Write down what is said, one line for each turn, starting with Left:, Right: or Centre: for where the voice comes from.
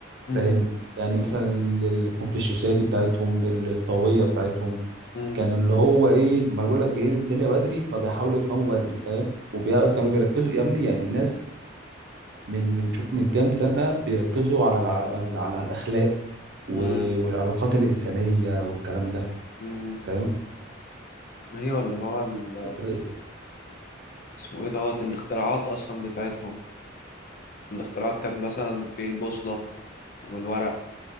Left: مم،
Right: فاهم يعني مثلا ال- الكونفوشيوسية دي بتاعتهم الطاوية بتاعتهم
Left: مم،
Right: كان اللي هو ايه ما أنا بقول لك جايين الدنيا بدري فبيحاولوا يفهموا بدري فاهم وكانوا بيركزوا يا ابني يعني ناس من من شوف من كام سنة بيركزوا على الع- على, على الأخلاق
Left: مم،
Right: و- والعلاقات الإنسانية والكلام ده
Left: مم.
Right: فاهم
Left: أيوة اللي هو ال...
Right: بس رايقة
Left: اسمه إيه دوت الاختراعات أصلا بتاعتهم الاختراعات كانت مثلا في البوصلة والورق